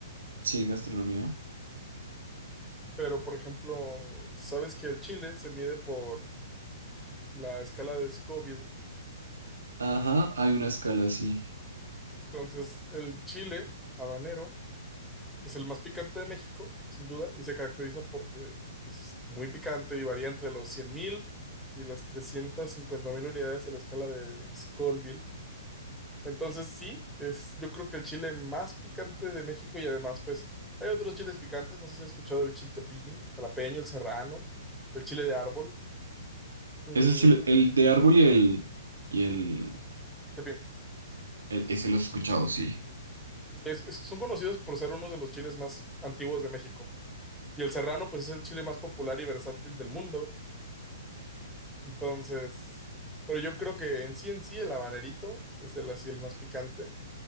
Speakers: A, on the right (about 70°); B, in the centre.
A: Sí, gastronomía.
B: Pero, por ejemplo, sabes que el chile se mide por la escala de Scoville.
A: Ajá, hay una escala así.
B: Entonces, el chile habanero es el más picante de México, sin duda, y se caracteriza porque pues, es muy picante y varía entre los 100.000 y las 350.000 unidades en la escala de Scoville. Entonces, sí, es yo creo que el chile más picante de México y además, pues, hay otros chiles picantes. No sé si has escuchado el chiltepín, el jalapeño, el serrano, el chile de árbol. Mm,
A: Eso sí, lo- el de árbol y el, y el,
B: en
A: El- ese lo he escuchado, sí.
B: es- es- son conocidos por ser uno de los chiles más antiguos de México. Y el serrano, pues es el chile más popular y versátil del mundo. Entonces, pero yo creo que en sí, en sí, el habanerito es el así el más picante.